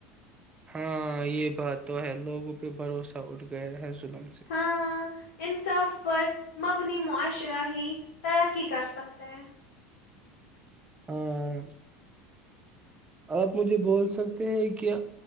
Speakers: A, on the right (about 20°); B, on the left (about 85°).
A: ہاں یہ بات تو ہے لوگوں پہ بھروسہ اٹھ گیا ہے ظلم سے
B: ہاں انصاف پر <unintelligible> مبنی معائش ر ہی ترقی کر سکتا ہے
A: ہاں آپ مجھے بول سکتے ہیں <unintelligible> کہ